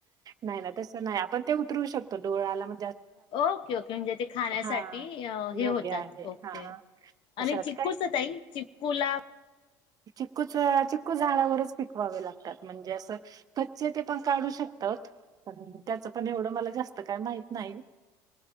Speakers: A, on the right; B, on the left.
A: नाही नाही तसं नाही आपण ते उतरऊ शकतो डोळ्या आला म
B: ओके ओके म्हणजे ते खाण्यासाठी
A: हां,
B: हे
A: योग्य
B: होतात
A: आहे.
B: ओके
A: हां, असं
B: आणि
A: राहतं
B: चिक्कूच
A: काही
B: ताई चिक्कूला
A: चिक्कू च चिक्कू झाडावरच पिकवावे लागतात म्हणजे असं कच चे ते पण काढू शकतात पण त्याचं पण एवढं मला जास्त काही माहित नाही